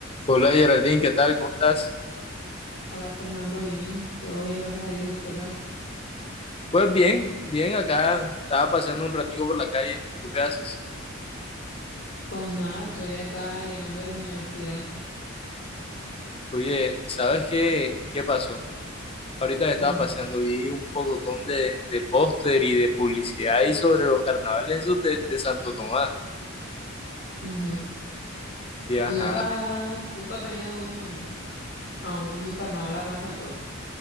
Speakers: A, on the left; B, on the left.
A: Hola Geraldine, ¿qué tal? ¿Cómo estás?
B: Hola Fernando, bien, todo bien, gracias a Dios. ¿Y tú qué tal?
A: Pues bien, bien, acá estaba paseando un ratico por la calle. ¿Tú qué haces?
B: Pues nada, estoy acá llegando de la universidad.
A: Oye, ¿sabes qué, qué pasó? Ahorita que estaba
B: Ujú,
A: paseando vi un pocotón de, de póster y de publicidad y sobre los carnavales esos de, de Santo Tomás.
B: ujú.
A: Y ajá,
B: ¿Y nunca has, nunca has venido a un, a un carnaval acá en Santo Domingo?